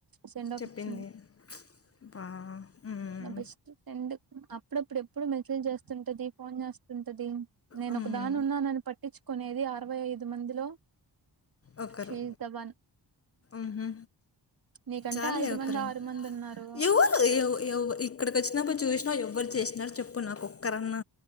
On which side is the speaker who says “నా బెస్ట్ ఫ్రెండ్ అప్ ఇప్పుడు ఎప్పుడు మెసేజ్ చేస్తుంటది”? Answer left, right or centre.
Right